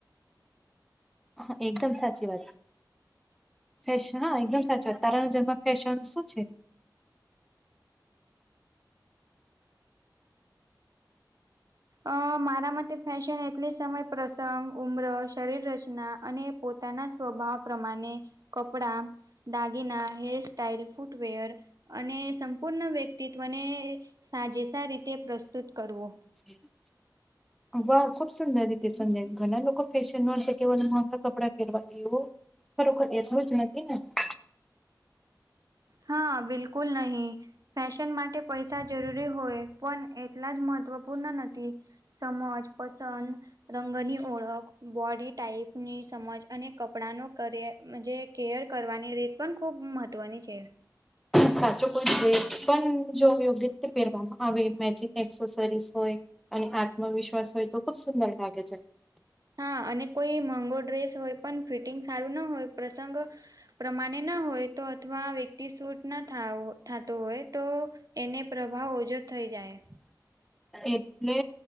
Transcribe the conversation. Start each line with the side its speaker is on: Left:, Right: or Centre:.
Centre: હા એકદમ સાચી વાત ફેશન હા એકદમ સાચું તારાણ જરમાં ફેશન શું છે?
Right: અ મારા માટે ફેશન એટલે સમય પ્રસંગ ઉમ્ર શરીર રચના અને પોતાના સ્વભાવ પ્રમાણે કપડા દાગીના હેરસ્ટ્ટાાઈલ ફૂટવેર અને સંપૂર્ણ વ્યક્તિત્વને સાજેેશ રીતે પ્રસ્તુત કરવો
Centre: <inaudible> વાહ ખુબ સુંદર રીતે સંજ્યા ઘણા લોકોક ફેશનમાં છે કેવ માફા કપડા ફેરવા એવો <unintelligible>
Right: હા બિલકુલ નહી ફેશન માટે પૈસા જરૂરી હોય પણ એટલા જ મહત્વપૂર્ણ નથી સમજ પસંદ રંગની ઓળખ બોડી ટાઈપની સમજ અને કપ પડાંનો કરયે કેયર કરવાની રીત પણ ખૂબ મહત્ત્વની છે
Centre: સાચો કોઈ ડસ પણ જો યોગ્ય રીતે પહેરવામાં આવે મેજ એસેસરીસ હોય અને આત્મવિશ્વાસ હોય તો ખુબ સુંદર લાગે છે
Right: હા અને કોઈ મોંગો ડ્રેસ હોય પણ ફિટિંગ સારું ના હોય પ્રસંગ પ્રમાણે ના હોય તો અથવા વ્યક્તિ સૂટ ના થ થતો હોય તો એને પ્રભાવ ઓછો થઈ જાય
Centre: એટલે